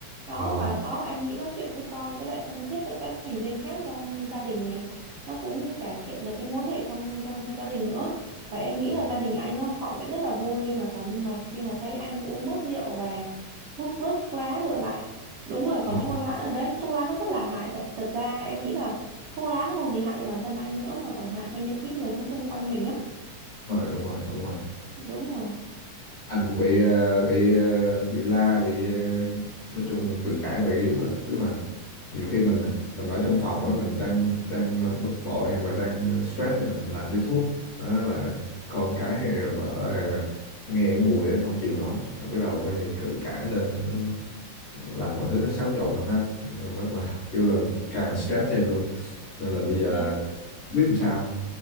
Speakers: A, on the right; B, on the left.
A: Đó
B: Ồ.
A: và đó em nghĩ nói chuyện với con với lại thân thiết với các thành viên khác trong gia đình này nó cũng cải thiện được cái mối hệ trong trong trong gia đình nữa. Và em nghĩ
B: Ồ.
A: là gia đình anh nó họ sẽ rất là vui khi mà cảm mà khi mà thấy anh uống bớt rượu và hút bớt thuốc lá trở lại. Đúng rồi, còn
B: Ồ.
A: thuốc lá ở đấy, thuốc lá nó rất là hại thật. Thật ra em nghĩ là thuốc lá nó không chỉ hại cho bản thân anh nữa mà còn hại cho những cái người sống xung quanh mình nhá,
B: đúng rồi đúng rồi đúng rồi
A: đúng rồi
B: anh cũng bị ờ, bị ờ, bị la bị ờ, nói chung cự cãi về cái vụ đó tức là nhiều khi mình mình ở trong phòng á mình đang đang ờ, bực bội hoặc là đang ờ, stress thì mình làm điếu thuốc đó là con cái hay là vợ hay là nghe cái mùi á không chịu nổi Rồi bắt đầu mới cự cãi lên nó làm mọi thứ nó xáo trộn lên hết Nên rất là kêu là càng là stress thêm luôn nên là bây giờ
A: dạ
B: không biết làm sao